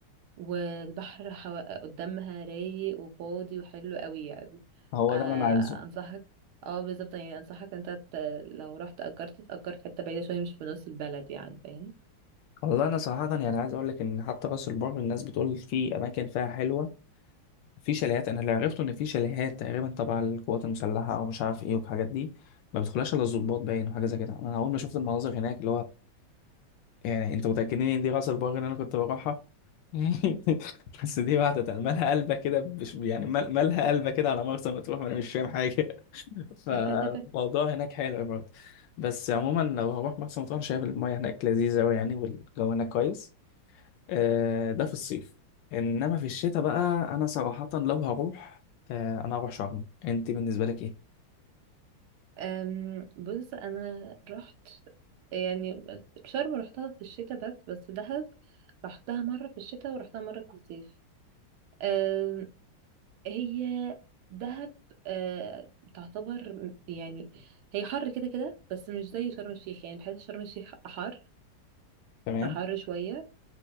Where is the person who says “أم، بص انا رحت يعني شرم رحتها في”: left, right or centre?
Right